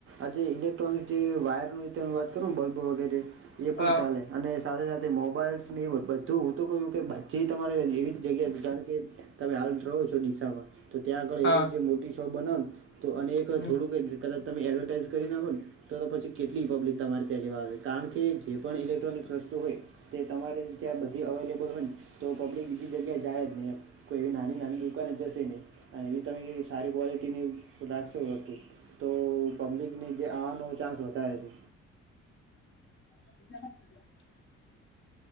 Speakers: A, on the right; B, on the left.
A: આજે ઇલેક્ટ્રોનિક જે વાયરતે વાત કરો ને બલ્બ વગેરે એ
B: હા
A: પણ ચાલે અને સાથે સાથે મોબાઈલ્સની બધું હું તો કહ્યું કે હી તમારે એવી જ જગ્યાએ જાણ કે તમે હાલ રહો છો િસામાં તો ત્યાં આગળ એવી
B: હા
A: મોટી શો બનાવો ને તો અને એક
B: હમ
A: થોડું કદાચ તમે એડવર્ટાઈઝ કરી નાગો. તો તો પછી કેટલી પબ્લિક તમારે ત્યાં લેવા આવે છે કારણ કે જે પણ ઇલેક્ટ્રોનિક રસ્તુ હોય. તે તમારી ત્યાં બધી અવેલેબલ હોય તો પબ્લિક બીજી જગ્યાએ. જાય જ નહીં એમ કોઈ એવી નાની નાની દુકને જશે નહી. અને એ બી તમે સારી ક્વૉલિટીની રાખશો હતું તો પબ્લિકને જે આવવાનો ચાસ વધારે છે.
B: <unintelligible>